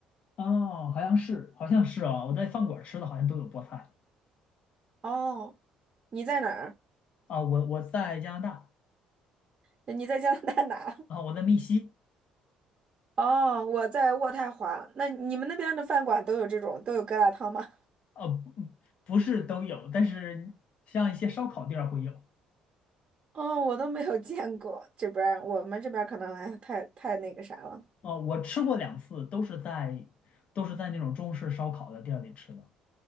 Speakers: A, on the left (about 55°); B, on the right (about 40°).
A: 哦，好像是好像是啊，我在饭馆吃的好像都有菠菜。
B: 哦，你在哪儿？
A: 啊，我我在加拿大
B: 你在加拿大哪？<laughs>
A: 啊，我在密西，
B: 哦，我在渥太华。那你们那边的饭馆都有这种都有疙瘩汤吗？
A: 呃，不不是都有，但是像一些烧烤店儿会有。
B: <laughs> 哦，我都没有见过，这边儿我们这边儿可能哎太太那个啥了。
A: 哦，我吃过两次，都是在都是在那种中式烧烤的店儿里吃的。